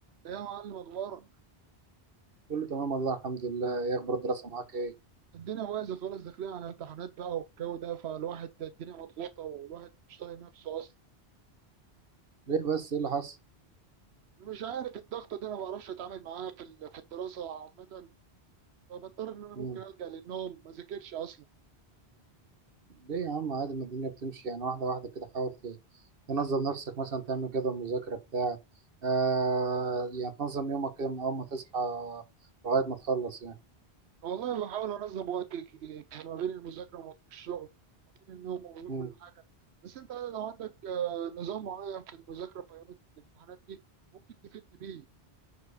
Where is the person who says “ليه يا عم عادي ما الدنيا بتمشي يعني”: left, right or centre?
Right